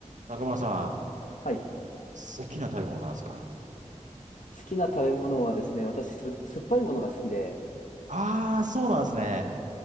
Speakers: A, on the right; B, on the left.
A: 中村さん、
B: はい。
A: 好きな食べ物なんですか
B: 好きな食べ物はですね、私、す酸っぱいものが好きで、
A: ああー、そうなんですね。